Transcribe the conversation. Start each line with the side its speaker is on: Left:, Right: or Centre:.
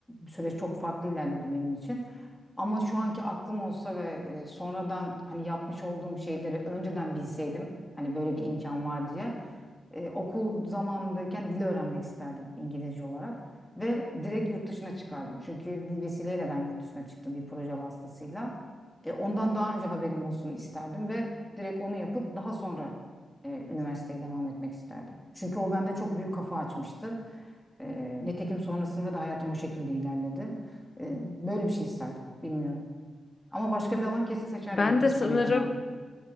Centre: süreç çok farklı ilerledi benim için. Ama şu anki aklım olsa ve e, sonradan hani yapmış olduğum şeyleri önceden bilseydim hani böyle bir imkan var diye e, okul zamanındayken dil öğrenmek isterdim İngilizce olarak ve direkt yurt dışına çıkardım. Çünkü bir vesileyle ben yurt dışına çıktım bir proje vasıtasıyla. E, ondan daha önce haberim olsun isterdim ve direkt onu yapıp daha sonra e, üniversiteye devam etmek isterdim. Çünkü o bende çok büyük kafa açmıştı. E, nitekim sonrasında da hayatım o şekilde ilerledi. E, böyle bir şey isterdim. Bilmiyorum. Ama başka bir alan kesin seçerdim
Left: ben
Centre: ben psikolojiden
Left: de sanırım
Centre: ayrı.